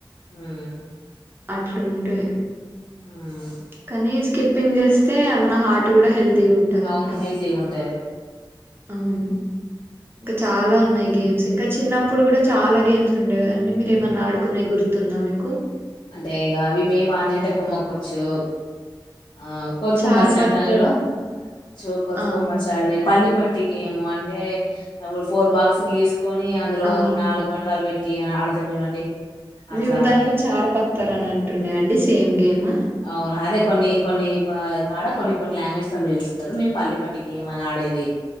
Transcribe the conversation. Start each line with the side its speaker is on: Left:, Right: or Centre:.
Left: ఉమ్
Right: అట్లుంటే
Left: ఉమ్
Right: కానీ స్కిప్పింగ్ చేస్తే మన హార్ట్ కూడా హెల్దీగా ఉంటదంట
Left: అవును హెల్తీగా ఉంటది
Right: అవును ఇంకా చాలా ఉన్నాయి గేమ్స్ ఇంకా చిన్నప్పుడు కూడా చాలా గేమ్స్ ఉండెకదండి మీరేమన్నా ఆడుకునే గుర్తు తుందా మీకు
Left: అంటే ఇక అవి మేము ఆనే అంత కుమ్మకోచ్చు ఆ కొతుకొమచ్చ
Right: చార్ పత్తర్
Left: అంటాంచుడు చ్ కొతుకమచ్చడది
Right: ఆ
Left: పల్లి పట్టి గేము అంటే వ్ ఫోర్ బాక్స్ గీసుకొని అందులో
Right: ఆ
Left: నాలుగు పండరాలు పెట్ టీ ఆడుతం చూడండి అట్లాంటి
Right: మేము దాన్ని చార్ పత్తారని అంటుండే అండి సేమ్ గేమ్
Left: అవునా అదే కొన్ని కొన్ని బ్ కాడ కొన్ని కొన్ని లాంగ్వేజ్స్ తో పిలుస్తారు మేము పల్ల పట్టి గేమ్ అని ఆడేది